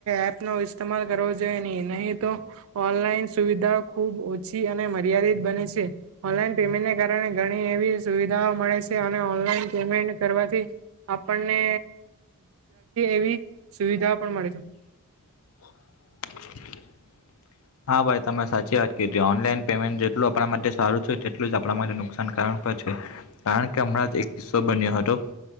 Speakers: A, on the right (about 65°); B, on the left (about 65°).
A: એપ નો ઇસ્માલ કરવો જોઈએ નહી નહી તો ઓનલાઈન સુવિધાઓ ખૂબ ઓછી અને મર્યાદિત બને છે ઓનલાઈન પેમેન્ટને કારણે ઘણી એવી સુવિધા મળે છે અને ઓનલાઈન પેમેન્ટ કરવાથી આપણને એવી સુવિધા પણ મળે છે
B: <unintelligible> હા ભાઈ તમે સાચી વાત કધી ઓનલાઈન પેમેન્ટ જેટલું આપણા માટે સારું છે તેટલું જ આપણા માટે નુકસાનકારણ કારણ કે હમણાં જ એક કિસ્સો બન્યો હતો